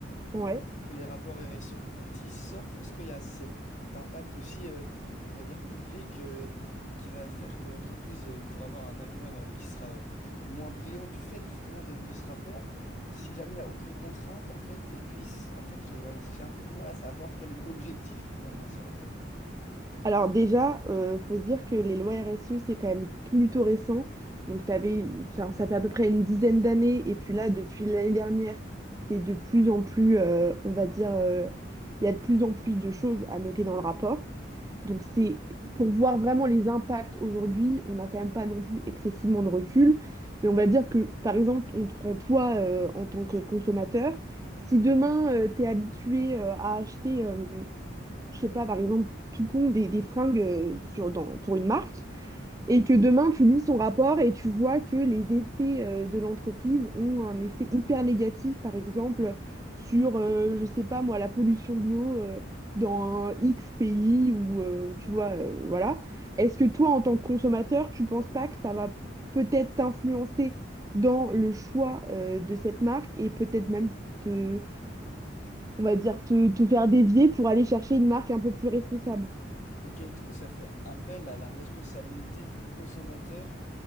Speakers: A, on the right; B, on the left.
A: Ouais.
B: pour les rapports RSE, quand ils sortent, est-ce qu'il y a cet impact aussi, euh, on va dire, public, euh, qui va faire que l'entreprise, euh, pour avoir un avenir, euh, qui sera, euh, moins brillant du fait justement de, de ce rapport, si jamais il n'y a aucune contrainte, en fait, et puis, s- en fait, je, ouais, j'ai un peu du mal à savoir quel est l'objectif finalement de ce rapport.
A: Alors déjà, euh, faut se dire que les lois RSE, c'est quand même plutôt récent. Donc t'avais, enfin, ça fait à peu près une dizaine d'années. Et puis là, depuis l'année dernière, c'est de plus en plus, euh, on va dire, euh, il y a de plus en plus de choses à noter dans le rapport. Donc c'est pour voir vraiment les impacts aujourd'hui, on n'a quand même pas non plus excessivement de recul. Mais on va dire que, par exemple, on te prend toi euh, en tant que consommateur. Si demain, tu es habitué euh, à acheter... euh, je sais pas, par exemple, tout con des, des fringues euh, sur, dans, pour une marque, et que demain tu lis son rapport et tu vois que les effets euh, de l'entreprise ont un effet hyper négatif, par exemple, sur, euh, je sais pas moi, la pollution de l'eau euh, dans un X pays ou, euh, tu vois, euh, voilà. Est-ce que toi, en tant que consommateur, tu penses pas que ça va peut-être t'influencer dans le choix euh, de cette marque et peut-être même te, on va dire, te te faire dévier pour aller chercher une marque un peu plus responsable?
B: Ok, du coup, ça fait appel à la responsabilité du consommateur